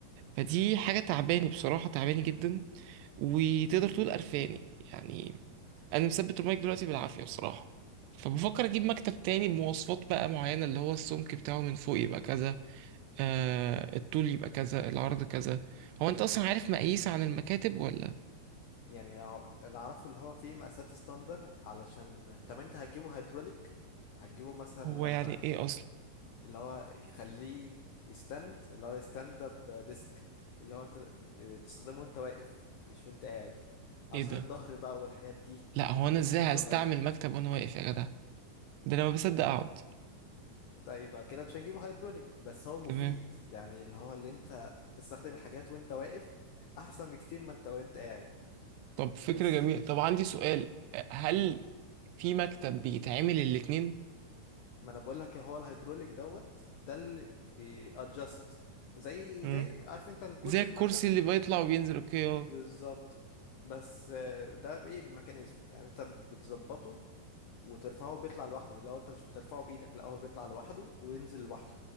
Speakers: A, on the right; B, on the left.
A: فدي حاجة تعباني بصراحة تعباني جدا وتقدر تقول قرفاني يعني أنا مثبت المايك دلوقتي بالعافية بصراحة فبفكر أجيب مكتب تاني بمواصفات بقى معينة اللي هو السمك بتاعه من فوق يبقى كذا آه الطول يبقى كذا العرض كذا هو أنت أصلا عارف مقاييس عن المكاتب ولا
B: يعني هو- اللي اعرفه اللي هو فيه مقاسات ستاندر علشان طب انت هتجيبه هيدروليك هتجيبه مثلا
A: هو
B: لما
A: يعني إيه أصلا
B: اللي هو يخليه يستند اللي هو يستند اب ديسك اللي هو انت اه، تستخدمه وانت واقف مش وانت قاعد علشان
A: إيه ده
B: الظهر بقى والحاجات دي
A: لا هو
B: والقطنية
A: أنا إزاي هستعمل مكتب وأنا واقف يا جدع ده أنا ما بصدق أقعد
B: طيب يبقى كده مش هنجيبه هيدروليك بس هو مفيد
A: تمام
B: يعني اللي هو اللي انت تستخدم الحاجات وانت واقف احسن بكتير ما انت وانت قاعد
A: طب فكرة
B: بس
A: جميلة
B: ايه
A: طب عندي سؤال هل
B: قول
A: في مكتب بيتعمل الاتنين؟
B: ما انا بقول لك هو الهيدروليك دوت ده اللي بيادجست زي
A: مم.
B: زي عارف انت الكرسي
A: زي الكرسي
B: المكتب
A: اللي بيطلع وبينزل اوكي اه
B: بالظبط بس آه، ده بايه ميكانيزم يعني انت بتظبطه وترفعه بيطلع لوحده لو انت مش بترفعه بايدك لا هو بيطلع لوحده وينزل لوحده